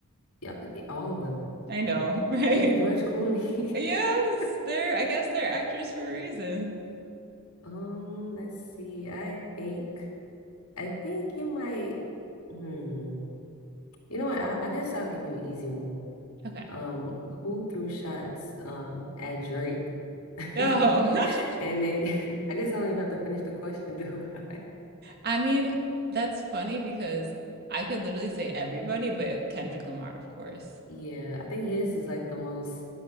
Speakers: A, on the left (about 75°); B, on the right (about 50°).
A: Yeah, y- all of them.
B: I know, <laughs> right?
A: Even George Clooney.
B: Yes,
A: <laughs>
B: they're. I guess they're actors for a reason.
A: Um, let's see. I think I think you might hmm. You know what? I, I guess I'll give you an easy one.
B: Okay.
A: Um, who threw shots um at Drake? <laughs>
B: No, <laughs>
A: And then <laughs> I guess I don't even have to finish the question, <laughs> do I?
B: I mean that's funny because I could literally say everybody, but Kendrick Lamar, of course.
A: Yeah, I think his is like the most